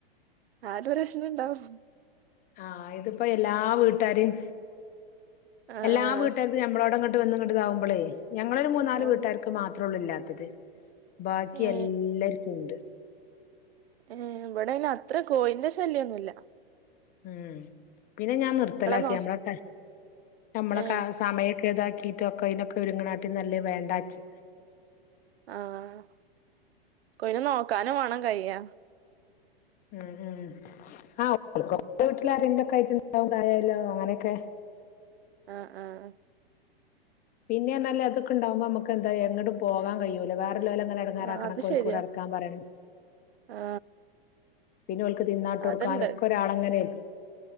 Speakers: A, on the right; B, on the left.
A: ആരൊര് വെഷ്മണ്ടാവും
B: ആ ഇത്പ്പം എല്ലാ വീട്ടാര്യിം
A: ആ
B: എല്ലാ
A: ആ
B: വീട്ടാര്തും ഞമ്മളോടങ്ങ ട്ട് വന്ന്ങ്ങട്ട്താവുമ്പളേ ഞങ്ങളൊരു മൂന്നാല്
A: ആ
B: വീട്ടാര്ക്ക് മാത്രോള്ളൂ ഇല്ല്യാ ത്തത് ബാക്കി
A: ഏ
B: എല്ലാര്ക്കുണ്ട്
A: ഏ ബ്ടെയ്ന് അത്ര കോഴിൻ്റ ശല്ല്യെന്നുല്ലാ
B: ഉം പിന്നെ ഞാൻ നിർത്തലാക്കി
A: നോ
B: നമ്മള ട നമ്മളെ
A: ഏ
B: കാ സമയെ ക്ക ഇതാക്കിട്ടൊക്കെ അയിനൊക്കെ ഒരുങ്ങണാട്ടി നല്ലേ വേണ്ടാച്ച്
A: ആഹ് കോഴിനെ നോക്കാനും വാണം കയ്യാ
B: ഉം ഉം ആ ഓല്ക്കൊക്കെ വീട്ടില് ആരെങ്കിലൊക്കായിട്ട് ഇണ്ടാവും പ്രായായൊലൊ അങ്ങനെയൊക്കെ
A: ആഹ് ആഹ്
B: പിന്നെ എന്നാല് അതൊക്കണ്ടാവുമ്പോ നമുക്ക്ന്തായാലും എങ്ങട്ടും പോകാൻ കഴിയൂല്ല വാ വ്ടെ ഉള്ളോലങ്ങെനെ എടങ്ങേറാക്കണം
A: ആ അത്
B: കോഴിക്കൂട്
A: ശരിയാ
B: അടക്കാൻ പറയണം
A: ആ
B: പിന്നോല്ക്ക് തിന്നാട്ടൊട്ക്കാനും
A: അതുണ്ട്
B: ഒക്കരാളങ്ങനെ ഏല്